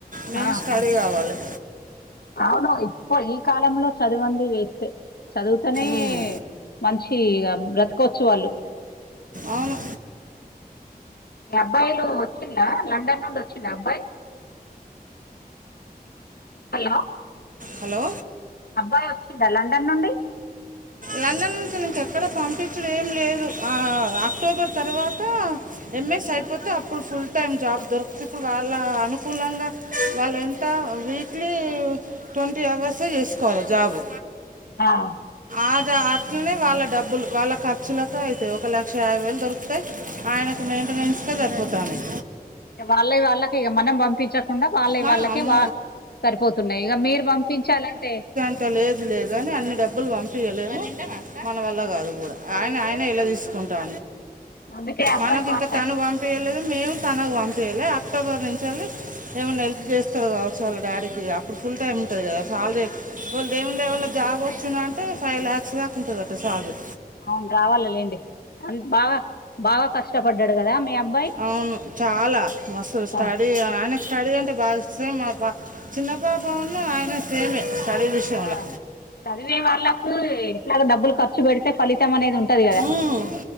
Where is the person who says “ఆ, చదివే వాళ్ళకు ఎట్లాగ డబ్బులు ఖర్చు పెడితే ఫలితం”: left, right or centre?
Left